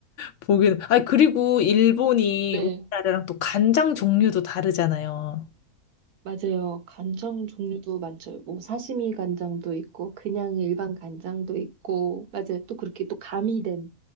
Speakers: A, on the left; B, on the right.
A: 보긴. 아, 그리고 일본이
B: 네,
A: 우리나라랑 또 간장 종류도 다르잖아요.
B: 맞아요. 간장 종류도 많죠. 뭐 사시미 간장도 있고 그냥 일반 간장도 있고 맞아요. 또 그렇게 또 가미된